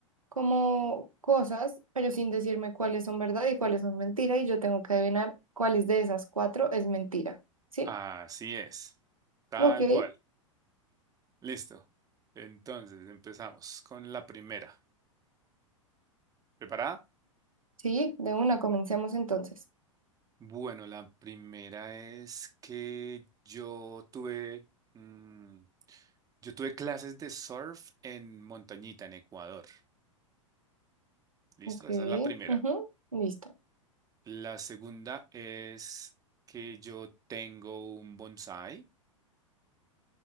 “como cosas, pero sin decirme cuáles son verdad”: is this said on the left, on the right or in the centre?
Right